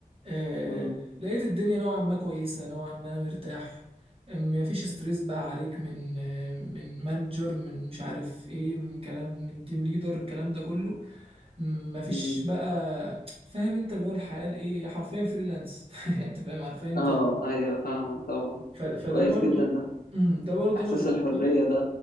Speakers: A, on the right; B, on the left.
A: آه...
B: م-
A: لقيت الدنيا نوعا ما كويسه نوعا ما انا مرتاح ما فيش ستريس بقى عليك من آه، من مانجر من مش عارف ايه من كلام من تيم ليدر الكلام ده كله مفيش
B: م.
A: بقى فاهم انت اللي هو الحياة الايه حرفيا فريلانس <laughs> يعني انت فاهم حرفيا انت
B: اه
A: في
B: ايوه فاهمك طبعا
A: ف... فده
B: كويس
A: برضو
B: جدا ده
A: مم، ده برضو
B: احساس
A: انا بفضله
B: الحرية ده